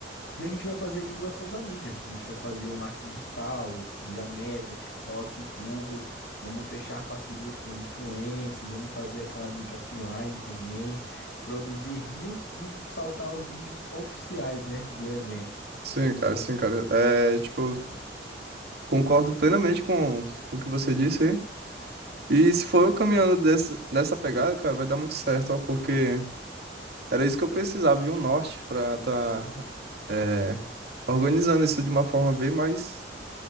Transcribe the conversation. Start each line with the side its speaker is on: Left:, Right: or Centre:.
Left: e a gente vai fazer a divulgação da mídia. A gente vai fazer o marketing digital, via Meta, TikTok, Google. Vamos fechar parcerias com os influencers, vamos fazer aquela mídia offline também, produzir rios e saltar os vídeos oficiais, né, do evento.
Right: Sim, cara, sim, cara. É, tipo, concordo plenamente com, com o que você disse aí. E se for eu caminhando desse, nessa pegada, cara, vai dar muito certo, ó, porque era isso que eu precisava de um norte pra tá é, organizando isso de uma forma bem mais,